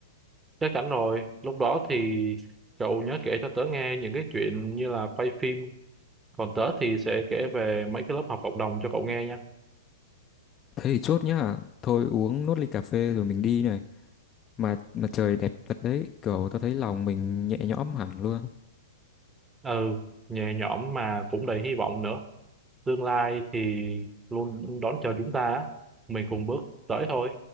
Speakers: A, on the right; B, on the left.
A: Chắc chắn rồi, lúc đó thì cậu nhớ kể cho tớ nghe những cái chuyện như là quay phim. Còn tớ thì sẽ kể về mấy cái lớp học cộng đồng cho cậu nghe nha.
B: Thế thì chốt nhá. Thôi uống nốt ly cà phê rồi mình đi này. Mà mà trời đẹp thật đấy, kiểu tao thấy lòng mình nhẹ nhõm hẳn luôn.
A: Ừ, nhẹ nhõm mà cũng đầy hy vọng nữa. Tương lai thì luôn đón chờ chúng ta, á. mình cùng bước tới thôi.